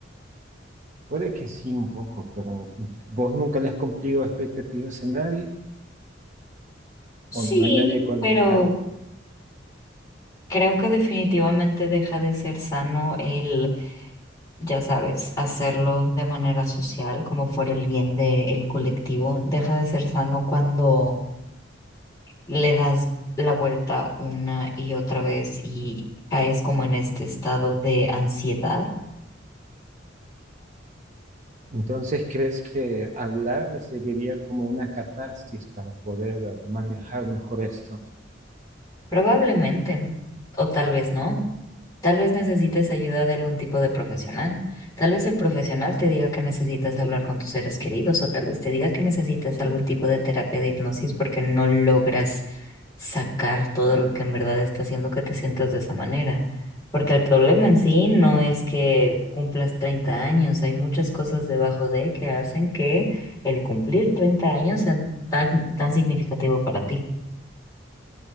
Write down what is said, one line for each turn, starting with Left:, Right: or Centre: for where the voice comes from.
Right: puede que sí un poco, pero vos nunca le has cumplido expectativas a nadie,
Left: Sí,
Right: o no hay nadie con,
Left: pero
Right: hay-
Left: creo que definitivamente deja de ser sano el, ya sabes, hacerlo de manera social, como por el bien del colectivo. Deja de ser sano cuando le das la vuelta una y otra vez y caes como en este estado de ansiedad
Right: Entonces, ¿crees que hablar me serviría como una catarsis para poder eh, manejar mejor esto?
Left: Probablemente, o tal vez no. Tal vez necesites ayuda de algún tipo de profesional. Tal vez el profesional te diga que necesitas hablar con tus seres queridos o tal vez te diga que necesitas algún tipo de terapia de hipnosis porque no logras sacar todo lo que en verdad está haciendo que te sientas de esa manera. Porque el problema en sí no es que cumplas 30 años, hay muchas cosas debajo de que hacen que el cumplir 30 años sea tan, tan significativo para ti.